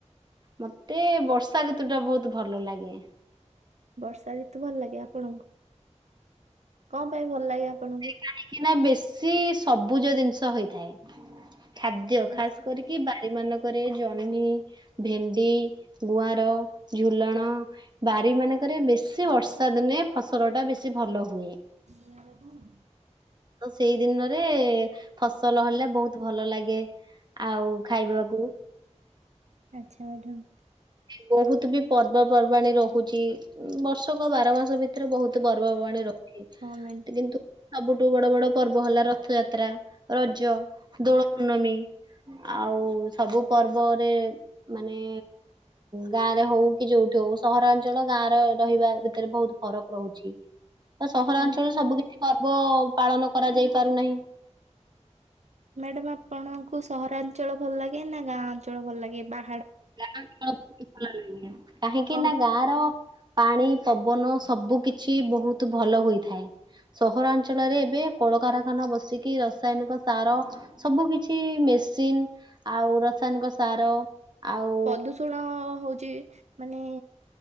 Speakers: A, on the right; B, on the right.
A: ମତେ ବର୍ଷା ଋତୁ ଟା ବହୁତ ଭଲ ଲାଗେ।
B: ବର୍ଷା ଋତୁ ଭଲ ଲାଗେ ଆପଣଙ୍କୁ କଣ ପାଇଁ ଭଲ ଲାଗେ ଆପଣଙ୍କୁ।
A: କାହିଁକି ନା ବେଶୀ ସବୁଜ ଜିନିଷ ହେଇଥାଏ। ଖାଦ୍ୟ ଖାସ
B: ଆଚ୍ଛା
A: କରିକି ବାରି ମାନଙ୍କ ରେ ଜହ୍ନି, ଭେଣ୍ଡି, ଗୁଆର ଝୁଲଣ ବାରି ମାନେ ରେ ବେଶୀ ବର୍ଷା ଦିନେ ଫସଲ ଟା ବେଶୀ ଭଲ ହୁଏ।
B: ନ ରକ <unintelligible>
A: ତ ସେଇ ଦିନରେ ଫସଲ ହେଲେ ବହୁତ ଭଲ ଲାଗେ। ଆଉ ଖାଇବାକୁ
B: ଆଚ୍ଛା ମ୍ୟାଡାାମ।
A: ବହୁତ ବି ପର୍ବପର୍ବାଣିୀ ରହୁଛି, ବର୍ଷକ ବାର ମାସ ଭିତ ଏଥିରେ ବହୁତ ପର୍ବପର୍ବାଣିୀ ରଛି
B: ହଁ ମ୍ୟାଡ଼ାମ
A: କିନ୍ତୁ ସବୁଠୁ ବଡ ବଡ ପର୍ବ ହେଲା ରଥଯାତ୍ରା, ରଜ, ଦୋଳ ପୂର୍ଣ୍ଣମୀ ଆଉ ସବୁ ପର୍ବରେ ମାନେ ଗାଁ ରେ ହଉ କି ଯୋଉଠି ହଉ ସହରାଞ୍ଚଳ ଗାଁ ରହିବା ଭିତରେ ବହୁତ ଫରକ ରହୁଛି। ତ ସହରାଞ୍ଚଳରେ
B: ହଁ
A: ସବୁ କିଛି ପର୍ବ ପାଳନ କରାଯାଇ ପାରୁନାହିଁ
B: ମ୍ୟାଡାମ ଆପଣଙ୍କୁ ସହରାଞ୍ଚଳ ଭଲ ଲାଗେ ନା ଗାଁ ଅଞ୍ଚଳ ଭଲ ଲାଗେ ବା
A: ଗାଁ ଅନ୍ଚଳ ଭଲ ଲାଗେ, କାହିଁକି
B: କଣ
A: ନା ଗାଁ ର ପାଣି ପବନ ସବୁ କିଛି ବହୁତ ଭଲ ହୋଇଥାଏ। ସହରାଞ୍ଚଳରେ ଏବେ କଳକାରଖାନା ବସିକି, ରାସାୟନିକ ସାର ସବୁ କିଛି ବେସିନ ଆଉ ରାସାୟନିକ ସାର ଆଉ
B: ପ୍ରଦୂଷଣ ହଉଛି, ମାନେ